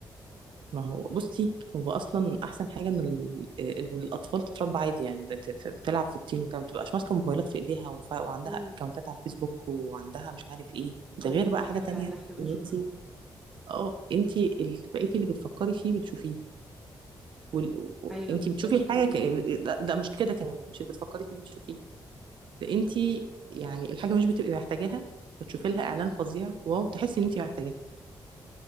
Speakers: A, on the right; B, in the centre.
A: ما هو بصي هو اصلا احسن حاجه ان ال- إن الاطفال تتربى عادي يعني بت- بتلعب في الطين وكده ما بتبقاش ماسكه موبايلات في ايديها وف- وعندها
B: امم
A: اكونتات على الفيسبوك وعندها مش عارف ايه ده
B: اه
A: غير بقى
B: يا
A: حاجه
B: لهوي
A: تانية
B: على اللي احنا بنشوفه
A: ان انت اه انت اللي بقيتي اللي بتفكري فيه بتشوفيه وال... و-
B: ايوه
A: انت
B: بالظبط
A: بتشوفي الحاجه ك... ده, ده مش كده كمان مش اللي بتفكري فيه بتشوفيه ده انت يعني الحاجه مش بتبقي محتاجاها فتشوفي لها اعلان فظيع واو تحسي ان انت محتاجاها